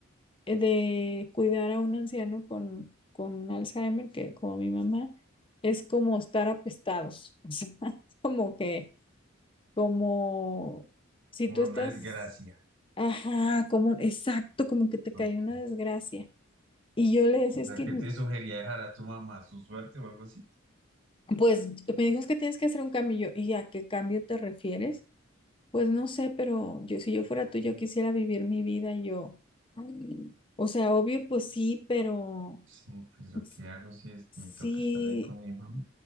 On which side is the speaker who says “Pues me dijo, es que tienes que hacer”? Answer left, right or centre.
Left